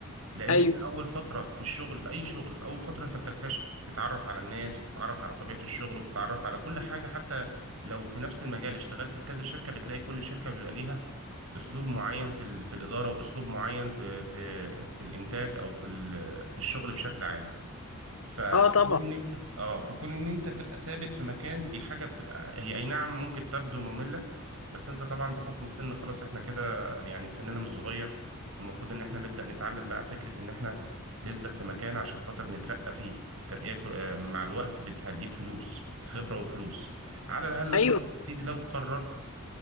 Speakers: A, on the right; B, on the left.
A: لان
B: ايوه
A: انت اول فتره في الشغل في اي شغل في اول فتره انت بتكتشف بتتعرف على الناس وبتتعرف على طبيعه الشغل وبتتعرف على كل حاجه حتى لو في نفس المجال اشتغلت في كذا شركه بتلاقي كل شركه بيبقى ليها اسلوب معين في ال- في الاداره واسلوب معين في في في الانتاج او في ال- في الشغل بشكل عام فكون
B: اه طبعا
A: ان انت اه فكون ان انت تبقى ثابت في مكان دي حاجه بتبقى هي اي نعم ممكن تبدو ممله بس انت طبعا بحكم السن خلاص احنا كده يعني سننا مش صغير المفروض ان احنا نبدا نتعلم بقى فكره ان احنا نثبت في مكان عشان خاطر نترقى فيه ترقيه كل- آه، مع الوقت بت- هتجيب فلوس خبره وفلوس على الاقل
B: ايوه
A: خالص يا سيدي لو قررت